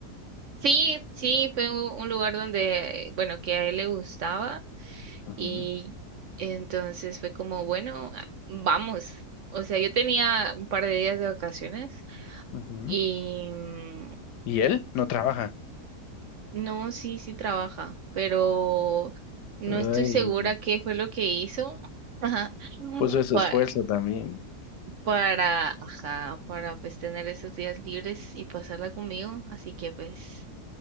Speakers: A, on the right (about 65°); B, on the left (about 80°).
A: Sí, sí, fue un, un lugar donde, bueno, que a él le gustaba
B: Ujú,
A: y entonces fue como, bueno, a- vamos. O sea, yo tenía un par de días de vacaciones
B: ujú.
A: y mm,
B: Y él no trabaja.
A: no, sí, sí trabaja, pero no
B: Ay,
A: estoy segura qué fue lo que hizo. <laughs>
B: puso ese
A: pa-
B: esfuerzo también.
A: para, ajá, para pues tener esos días libres y pasarla conmigo, así que pues